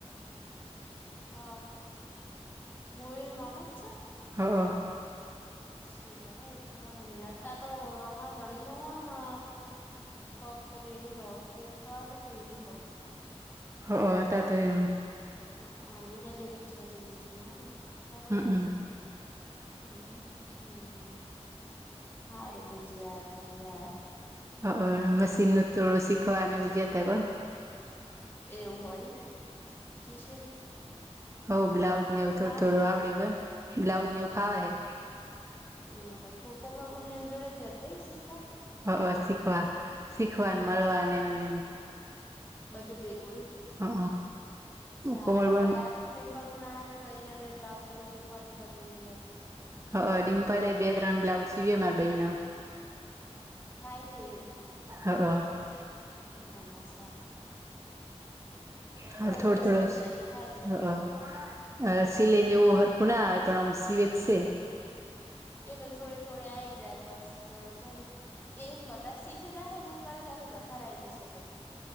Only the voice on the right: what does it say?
હા હ.
હ ત તો એ.
હમમ
હ મશીન ન થોડું શીખવાને એવું જતા કો.
હો બ્લાઉઝ નેવું થોડું
થોડું આવડ ગ બ્લાઉજ નેવ ફાવ
હ.
હ શીખવા શીખવાને મળવા એમને એ.
હ
કોમલબન
હ ડિમ્પલ એ બે ત્રણ બ્લાઉઝ સીવી મારા ભાઈ ના.
હ હાલ
હાલ થોડું
થોડું.
હ સિલાઈ ને એવું હરખું ના આવે પણ આમ સિવે જ છે.